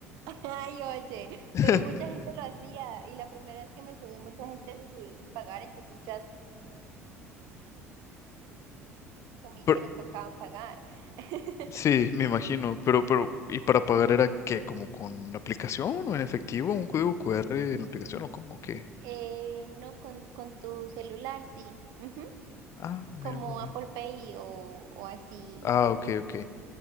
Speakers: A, on the right; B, on the left.
A: ay, oye,
B: <laughs>
A: pero mucha gente lo hacía y la primera vez que me subí, mucha gente se subió sin pagar, entonces ya asumí
B: Pero-
A: que no tocaba pagar. <laughs>
B: sí, me imagino, pero, pero, ¿y para pagar era qué? ¿Como con la aplicación o en efectivo? ¿Un código QR en la aplicación o como qué?
A: Eh, no, con, con tu celular, sí. Ujú,
B: Ah, mira,
A: Como
B: muy bien.
A: Apple Pay o, o así.
B: Ah, ok, ok.